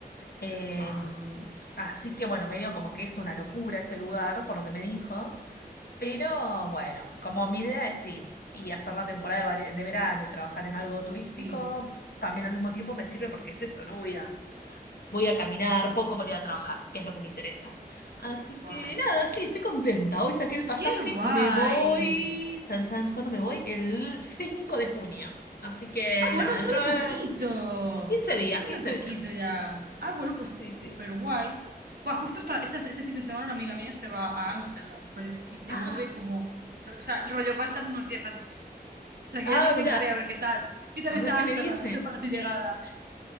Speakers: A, on the left; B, on the right.
A: Em,
B: Buah,
A: así que bueno, medio como que es una locura ese lugar, por lo que me dijo. Pero bueno, como mi idea es ir y hacer la temporada de, vare- de verano y trabajar en algo turístico,
B: sí,
A: también al mismo tiempo me sirve porque es eso, ¿no? Voy a, voy a caminar poco para ir a trabajar, que es lo que me interesa. Así que
B: guau.
A: nada, sí, estoy contenta. Hoy saqué el pasaje
B: ¡Qué guay!
A: y me voy. Chan, chan, ¿cuándo me voy? El 5 de junio. Así que
B: Ah, bueno,
A: nada,
B: entró
A: dentro
B: de
A: de
B: poquito.
A: 15 días,
B: Entró
A: 15
B: de poquito
A: días.
B: ya. Ah, bueno, pues
A: Sí, sí.
B: súper guay. Va, justo esta- esta- este fin de semana una amiga mía se va a Ámsterdam rollo, y se
A: Ah,
B: vuelve como... O sea, rollo, va a estar unos días antes que tú. O sea,
A: ah,
B: que ya te contaré
A: mira,
B: a ver qué tal. ¿Qué tal
A: a
B: está
A: ver qué
B: Ámsterdam
A: me dice.
B: justo para tu llegada?